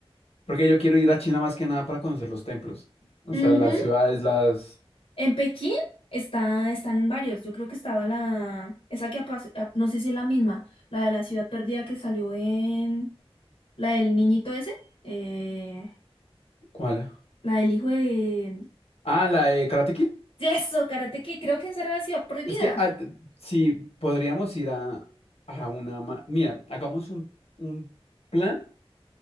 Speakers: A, on the left (about 80°); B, on the left (about 60°).
A: Porque yo quiero ir a China más que nada para conocer los templos, o
B: Ujú.
A: sea, las ciudades, las,
B: En Pekín está, están varios. Yo creo que estaba la, esa que apas- ap- no sé si es la misma, la de la ciudad perdida que salió en, la del niñito ese, eh,
A: ¿cuál?
B: la del hijo de,
A: Ah, la de Karate Kid.
B: Eso, Karate Kid, creo que esa era la ciudad prohibida.
A: Es que, ah, sí, podríamos ir a, a una, ma- mira, hagamos un, un plan,